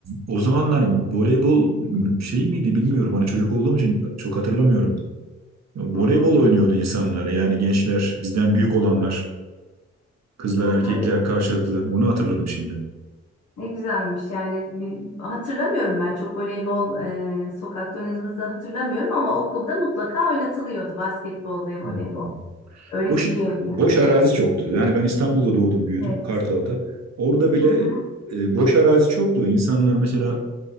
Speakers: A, on the right; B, on the left.
A: o zamanlar voleybol şey miydi bilmiyorum. Hani çocuk olduğum için çok hatırlamıyorum. Voleybol
B: Hı hı.
A: oynuyordu insanlar. Yani gençler, bizden büyük olanlar, kızlar,
B: Aha,
A: erkekler karşılıklı. Onu hatırladım şimdi.
B: ne güzelmiş yani bir, hatırlamıyorum ben çok voleybol e, sokakta oynadığımızı hatırlamıyorum ama okulda mutlaka oynatılıyordu basketbol ve
A: Hmm.
B: voleybol öğretiliyordu
A: Boş,
B: ya.
A: boş arazi çoktu. Yani ben İstanbul'da doğdum, büyüdüm
B: Evet.
A: Kartal'da. Orada bile
B: Hı hı.
A: e, boş arazi çoktu. İnsanlar mesela